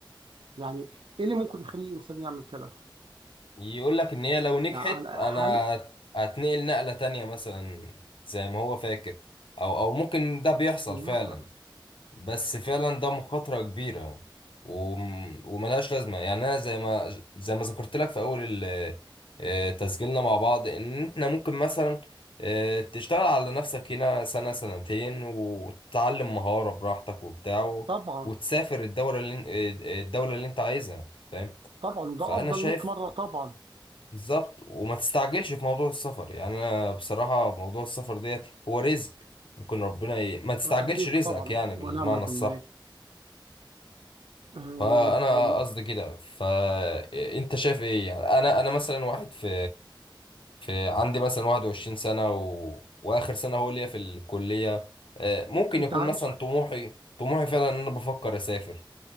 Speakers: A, on the right; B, on the left.
A: يعني ايه اللي ممكن يخلي انسان يعمل كده
B: يقول لك ان هي لو نجحت
A: يعني
B: انا
A: هل
B: هت- هتنقل نقلة تانية مثلا زي ما هو فاكر او او ممكن ده بيحصل
A: لا
B: فعلا
A: ط-
B: بس فعلا ده مخاطرة كبيرة و... وملهاش لازمة يعني أنا زي ما زي ما ذكرت لك في أول ال- آه، تسجيلنا مع بعض إن إحنا ممكن مثلا آه، تشتغل على نفسك هنا سنة سنتين وتتعلم مهارة براحتك وبتاع و...
A: طبعا
B: وتسافر الدورة اللي... آه، آه، الدولة اللي أنت عايزها فاهم
A: طبعا ده
B: فأنا
A: افضل
B: شايف
A: 100 مره طبعا
B: بالظبط وما تستعجلش في موضوع السفر يعني أنا بصراحة موضوع السفر ديت هو رزق ممكن ربنا ي... ما تستعجلش
A: اكيد
B: رزقك
A: طبعا ونعم
B: يعني بالمعنى
A: بالله
B: الصح
A: أم،
B: فانا
A: وال-
B: قصدي كده فانت شايف ايه يعني انا انا مثلا واحد في في عندي مثلا 21 سنه و... واخر سنه هو ليا في الكليه آه، ممكن
A: انت
B: يكون
A: عارف
B: مثلا طموحي طموحي فعلا ان انا بفكر اسافر